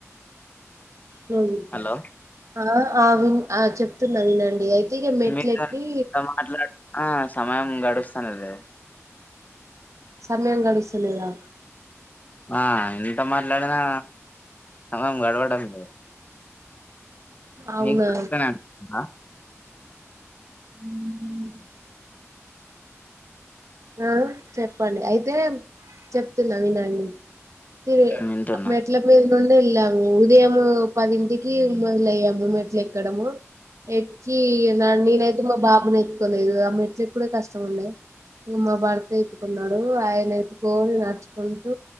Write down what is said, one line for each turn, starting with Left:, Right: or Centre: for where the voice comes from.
Right: క్లోజ్ ఇబ్బన్
Left: హలో
Right: ఆ ఆ వి ఆ చెప్తున్నా వినండి అయితే ఇక మెట్లెక్కి
Left: మీతోని ఎట్లా మాట్లాడుతున్నా సమయం గడుస్తానులేదు
Right: సమయం గడుస్తులేదా
Left: ఆ ఎంత మాట్లాడినా సమయం గడవడం లేదు
Right: అవునా
Left: మీకు కూడా అట్లనే అనిపిస్తుందా
Right: హ ఆ చెప్పండి అయితే చెప్ చెప్తున్న వినండి అది
Left: వింటున్నా
Right: మెట్లమీదినుండి వెళ్ళాము ఉత్ ఉదయము పదింటికి మొదలయ్యాము మెట్లు ఎక్కడము ఎక్కి నేనైతే మా బాబును ఎత్తుకోలేదు ఆ మెట్లు ఎక్కడం కష్టం ఉండే ఉ మా భర్త ఎత్తుకున్నాడు ఆయన ఎత్తుకొని నడచుకున్